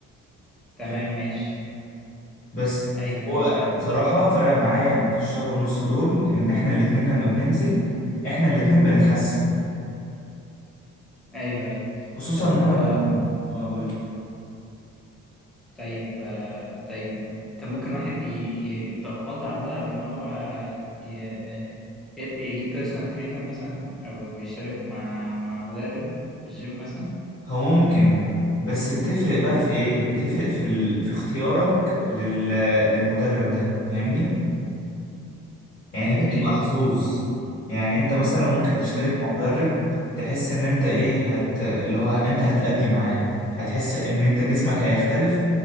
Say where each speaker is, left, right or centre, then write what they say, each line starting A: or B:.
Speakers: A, in the centre; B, on the left.
A: تمام
B: فاهم؟
A: ماشي
B: بس
A: ايوه
B: هو
A: ايوه فاهم
B: بصراحة فرق معايا في الشهر ونص دول ان احنا الاتنين لما بننزل احنا الاتنين بنتحسن
A: ايوه ايوه
B: خصوصا
A: طب
B: ان انا
A: و
B: من اه قول لي
A: طيب آه، طيب انت ممكن واحد ي- ي- يتغاضى عن ده بان هو ي- ي- يجيب بيرسونال ترينر مثلا او يشترك مع مع مدرب في الجيم مثلا
B: هو ممكن بس بتفرق بقى في ايه بتفرق في ال... في اختيارك لل... للمدرب ده فاهمني يعني
A: ايوه
B: هي
A: زي
B: بتبقى
A: يوضك
B: حظوظ يعني انت مثلا ممكن تشترك
A: امم
B: مع مدرب
A: ايوه
B: تحس ان انت ايه هت اللي هو انت هتأدي معاه هتحس ان انت جسمك هيختلف